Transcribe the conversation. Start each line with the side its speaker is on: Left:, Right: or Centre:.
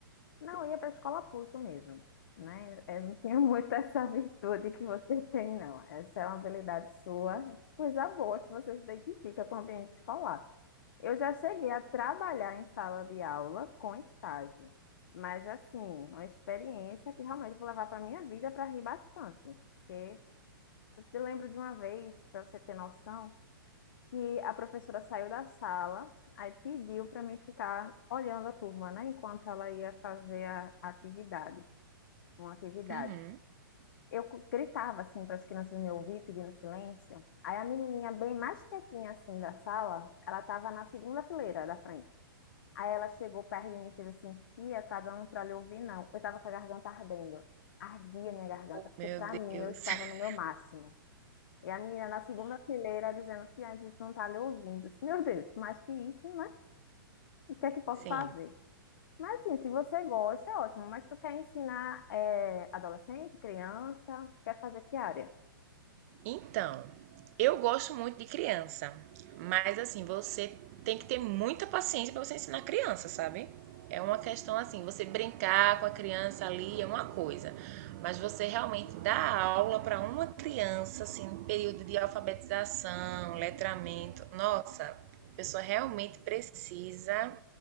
Left: Não, eu ia para a escola pulso mesmo, né? Eu não tinha <laughs> muito essa virtude que você tem, não. Essa é uma habilidade sua, coisa boa que você se identifica com o ambiente escolar. Eu já cheguei a trabalhar em sala de aula com estágio, mas assim, uma experiência que realmente vou levar para minha vida para rir bastante, porque eu te lembro de uma vez, para você ter noção. que a professora saiu da sala, aí pediu para mim ficar olhando a turma, né, enquanto ela ia fazer a atividade, uma atividade.
Right: Uhum.
Left: Eu gritava assim para as crianças me ouvir, pedindo silêncio. Aí a menininha bem mais quietinha assim da sala, ela estava na segunda fileira da frente. Aí ela chegou perto de mim e fez assim: "Tia, tá dando para lhe ouvir não?". Eu estava com a garganta ardendo. Ardia minha garganta,
Right: Oh,
Left: porque
Right: meu
Left: para mim
Right: Deus.
Left: eu estava
Right: <laughs>
Left: no meu máximo. E a menina na segunda fileira dizendo que a gente não tá lhe ouvindo. Eu disse, Meu Deus, mais que isso, né? O que é que eu posso
Right: Sim.
Left: fazer? Mas assim, se você gosta, é ótimo. Mas tu quer ensinar eh, adolescente, criança? Quer fazer que área?
Right: Então, eu gosto muito de criança, mas assim, você tem que ter muita paciência para você ensinar criança, sabe? É uma questão assim, você brincar com a criança ali é uma coisa, mas você realmente dar aula para uma criança assim, no período de alfabetização, letramento, nossa, a pessoa realmente precisa